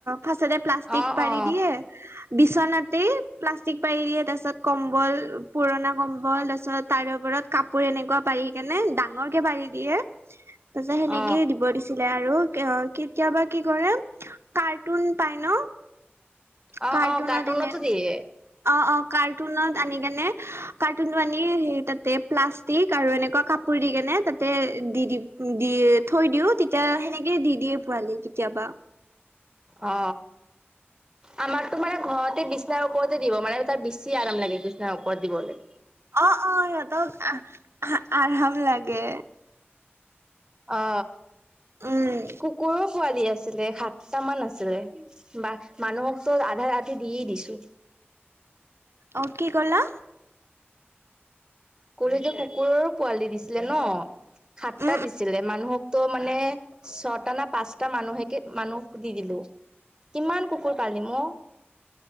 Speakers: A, on the right; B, on the right.
A: ফাষ্টতে প্লাষ্টিক
B: অ
A: পাৰি।
B: অ
A: <unintelligible> বিচনাতেই প্লাষ্টিক পাৰি দিয়ে তাৰ পিছত কম্বল পুৰণা কম্বল তাৰ পাছত তাৰে ওপৰত কাপোৰ এনেকুৱা পাৰি কেনে ডাঙৰকে পাৰি দিয়ে তাৰ পিছত সেনেকে
B: অ
A: দিব দিছে। ছিলে আৰু কেতিয়াবা কি কৰে কাৰ্টুন পাই ন,
B: অ'
A: কাৰ্টুনত
B: অ', কাৰ্টুনতো
A: এনে
B: দিয়ে।
A: অ' অ' কাৰ্টুনত আনি কেনে, কাৰ্টুনটো আনি, সেই তাতে প্লাষ্টিক আৰু এনেকুৱা কাপোৰ দি কেনে তাতে দি দিম। দিয়ে থৈ দিও, তেতিয়া সেনেকে দি দিয়ে পোৱালি কেতিয়াবা।
B: অ, আমাৰতো মানে ঘৰতে বি - বিচনাৰ ওপৰতে দিব, মানে তাত বেছি আৰাম লাগে বিচনাৰ ওপৰত দিবলৈ।
A: অ' অ', সিহঁতক আহ আৰাম লাগে।
B: অ,
A: উম।
B: কুকুৰৰ পোৱালি আছিলে সাত- তামান আছিলে বা মানুহকতো আধাৰ আধি দিয়েই দিছো।
A: অঁ, কি ক'লা?
B: কলো যে কুকুৰৰো পোৱালি দিছিলে ন? সাতটা
A: উম,
B: দিছিলে, মানুহকতো মানে ছটা না পাঁচটা মানুহেকে মানুহ দি দিলো। কিমান কুকুৰ পালিম অ।